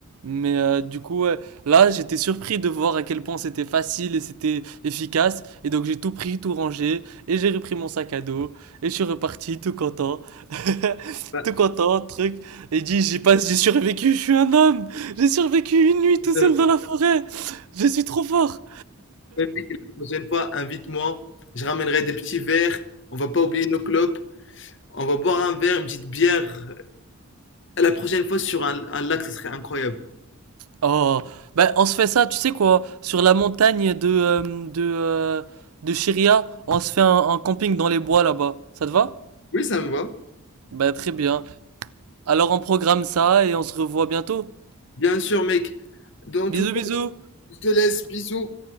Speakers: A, on the right; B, on the left.
A: Mais euh, du coup, ouais, là, j'étais surpris de voir à quel point c'était facile et c'était efficace. Et donc, j'ai tout pris, tout rangé, et j'ai repris mon sac à dos, et je suis reparti tout content. <laughs>
B: Bah,
A: Tout content, truc. Et dit, j'ai pas, j'ai survécu, je suis un homme. J'ai survécu une nuit tout seul
B: euh,
A: dans la forêt. Je suis trop fort.
B: ouais, La prochaine fois, invite-moi. Je ramènerai des petits verres. On va pas oublier nos clopes. On va boire un verre, une petite bière La prochaine fois sur un, un lac, ça serait incroyable.
A: Oh, bah on se fait ça, tu sais quoi, sur la montagne de euh, de euh, de Chiria, on se fait un, un camping dans les bois là-bas. Ça te va?
B: Oui, ça me va.
A: Bah très bien. Alors on programme ça et on se revoit bientôt.
B: Bien sûr, mec. Dans tout
A: Bisous
B: cas,
A: bisous.
B: je te laisse. Bisous.